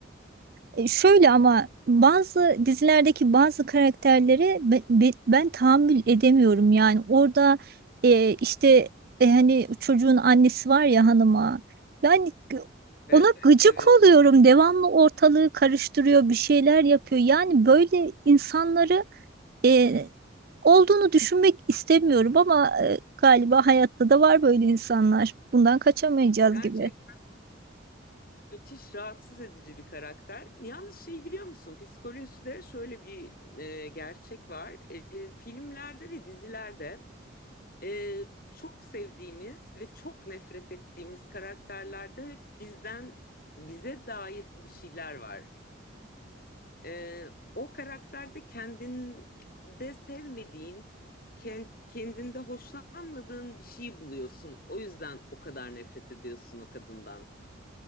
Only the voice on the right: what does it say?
E, Şöyle ama bazı dizilerdeki bazı karakterleri be- be- ben, tahammül edemiyorum yani orada e, işte e, hani çocuğun annesi var ya hanıma yani g-
ona gıcık
oluyorum devamlı ortalığı karıştırıyor bir şeyler yapıyor yani böyle insanları e, olduğunu düşünmek istemiyorum ama e, galiba hayatta da var böyle insanlar bundan kaçamayacağız
gibi.